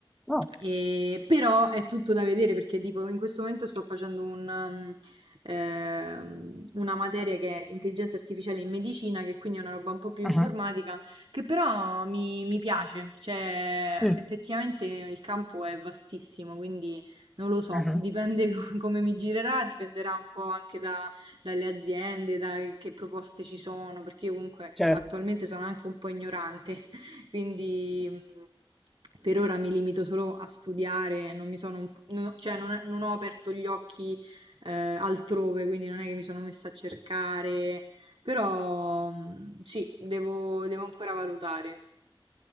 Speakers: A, in the centre; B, on the right.
A: Oh,
B: E- però è tutto da vedere perché tipo in questo momento sto facendo un, um, ehm, una materia che è intelligenza artificiale in medicina, che quindi è una roba un po' più informatica,
A: mhm,
B: che però mi, mi piace, cioè
A: mm,
B: effettivamente il campo è vastissimo, quindi non lo so,
A: mhm,
B: dipende <laughs> co- come mi girerà, dipenderà un po' anche da- dalle aziende, da che proposte ci sono, perché io comunque
A: Certo.
B: attualmente sono anche un po' ignorante. Quindi mh, per ora mi limito solo a studiare, non mi sono, un- non ho- cioè non, è- non ho aperto gli occhi eh, altrove, quindi non è che mi sono messa a cercare, però mh, sì, devo, devo ancora valutare.